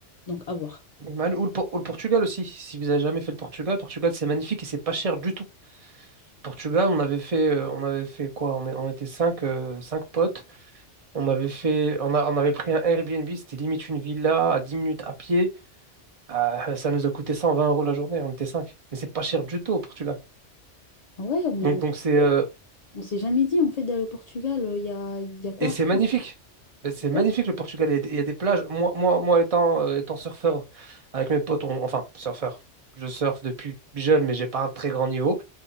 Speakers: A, on the left; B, on the right.
A: Donc, à voir.
B: Mal- Ou le, Po- ou le Portugal aussi. Si vous avez jamais fait le Portugal, Portugal c'est magnifique et c'est pas cher du tout. Portugal, on avait fait, euh, on avait fait quoi? On, est- on était cinq, euh, cinq potes. On avait fait, on a- on avait pris un Airbnb, c'était limite une villa à 10 minutes à pied. Euh, ça nous a coûté 120 euros la journée. On était cinq. Mais c'est pas cher du tout au Portugal.
A: Ah Ouais, on,
B: Donc
A: en-
B: donc c'est euh,
A: on s'est jamais dit, en fait, d'aller au Portugal, Euh, il y a, y a quoi
B: et c'est
A: à faire?
B: magnifique. Ben, C'est magnifique
A: Ouais,
B: le Portugal. Il y a des, il y a des plages. Moi moi moi étant euh, étant surfeur avec mes potes, on- enfin surfeur. Je surfe depuis jeune, mais j'ai pas un très grand niveau.